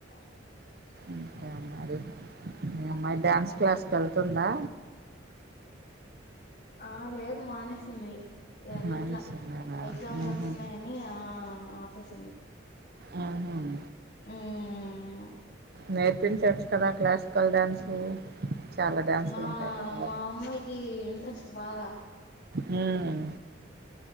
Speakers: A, on the left (about 45°); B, on the right (about 55°).
A: <inaudible>
B: ఇంకెం మరి అమ్మాది అమ్మాయి డ్యాన్స్ క్లాస్కి వెళ్తుందా
A: ఆ లేదు మానేసింది ఎల్లట్లా
B: మైనస్ ఉన్నారా
A: ఎగ్జామ్స్
B: ఉహు
A: వస్తున్నాయని ఆ ఆపేసింది
B: ఉహుమ్
A: ఉమ్మ్
B: నేర్పించవచ్చు కదా క్లాసికల్ డ్యాన్సు చాలా డ్యాన్సులు
A: మా
B: ఉంటాయి కదా
A: మా అమ్మాయికి ఇంట్రెస్ట్ బాగా
B: ఉమ్ హ